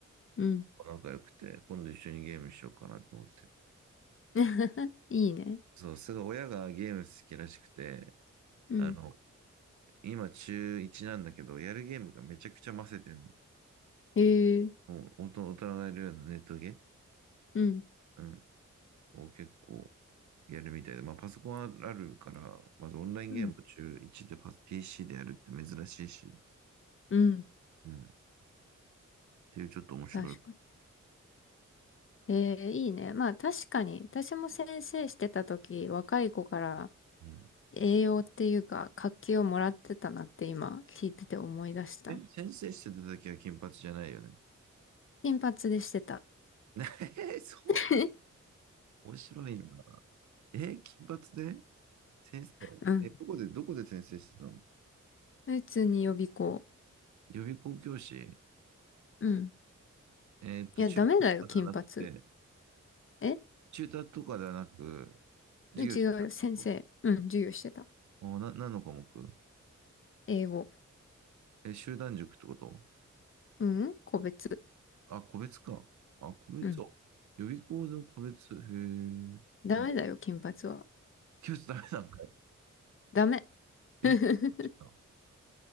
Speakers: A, on the left; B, on the right.
A: うん。
B: 仲良くて、今度一緒にゲームしようかなと思ってる。
A: <laughs> いいね。
B: そう、すごい親がゲーム好きらしくて、
A: うん。
B: あの、今中1なんだけど、やるゲームがめちゃくちゃ混せてんの。
A: へえ。
B: もう大人大人がやるようなネットゲー、
A: うん。
B: うん、を結構やるみたいで、まあパソコンあるから、まずオンラインゲームを中1でパス
A: うん。
B: PC でやるって珍しいし、
A: うん。
B: うん、っていうちょっと面白い。
A: 確かに。ええ、いいね。まあ確かに、私も先生してた時、若い子から
B: うん
A: 栄養っていうか、活気をもらってたなって今聞いてて思い出した。
B: え、先生してた時は金髪じゃないよね。
A: 金髪でしてた。
B: <laughs> えーそう、
A: <laughs>
B: 面白いな。えー、金髪で先生、
A: うん。
B: え、どこで、どこで先生してたの
A: 普通に予備校。
B: 予備校教師
A: うん。
B: えーっと、
A: いや、
B: 中途とかではなくて、
A: ダメだよ、金髪。え
B: 中途とかではなく、授業してたこと
A: 違うちが先生。うん、授業してた。
B: お、な、何の科目
A: 英語。
B: え、集団塾ってこと
A: うん、個別。
B: あ、個別か。あ、個別、
A: うん。
B: あ、予備校の個別、へえ、
A: ダメだよ、
B: うん、
A: 金髪は。
B: 教室ダメなんだ。
A: ダメ。
B: え、
A: <laughs>
B: ちょっと、